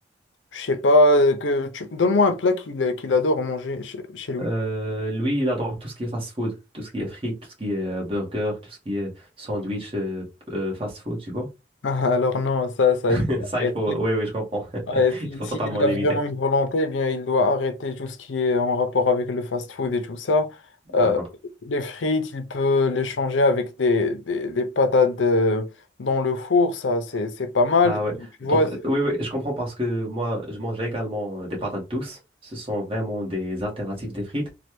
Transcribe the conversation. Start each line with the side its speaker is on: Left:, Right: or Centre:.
Left: je sais pas, euh, que tu... donne-moi un plat qu'il qu'il adore manger chez, chez lui.
Right: Euh, lui, il adore tout ce qui est fast-food, tout ce qui est frites, tout ce qui est euh, burger, tout ce qui est sandwich euh, euh, fast-food, tu vois?
Left: <laughs> Ah, Alors non, ça, ça,
Right: <laughs>
Left: il faut
Right: Ça,
Left: arrêter.
Right: il faut... Oui, oui, je comprends. <laughs>
Left: Ouais, si,
Right: Il faut
Left: s'il
Right: totalement l'éviter.
Left: a vraiment une volonté, eh bien, il doit arrêter tout ce qui est en rapport avec le fast-food et tout ça. Euh,
Right: D'accord.
Left: les frites, il peut les changer avec des, des, des patates euh, dans le four, ça, c'est, c'est pas mal.
Right: Ah ouais.
Left: Tu
Right: Donc,
Left: vois,
Right: euh,
Left: c'est-
Right: oui, oui, je comprends parce que moi, je mange également euh, des patates douces. Ce sont vraiment des alternatives des frites